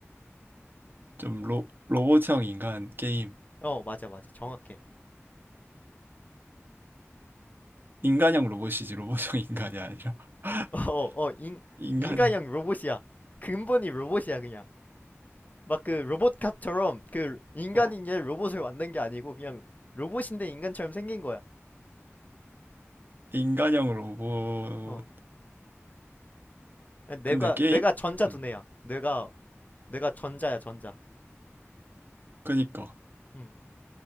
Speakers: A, on the right; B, on the left.
A: 좀 로, 로봇형 인간 게임.
B: 어, 맞아 맞아. 정확해.
A: 인간형 로봇이지 로봇형 인간이 아니라. <laughs>
B: <laughs> 어, 어, 인
A: 인간형.
B: 인간형 로봇이야. 근본이 로봇이야, 그냥. 막 그 로봇캅처럼 그 인간인
A: 어.
B: 얘 로봇을 만든 게 아니고 그냥 로봇인데 인간처럼 생긴 거야.
A: 인간형 로봇.
B: 어. 그냥 내가
A: 근데 게임?
B: 내가 전자 두뇌야.
A: 음.
B: 내가 내가 전자야, 전자.
A: 그니까.
B: 음.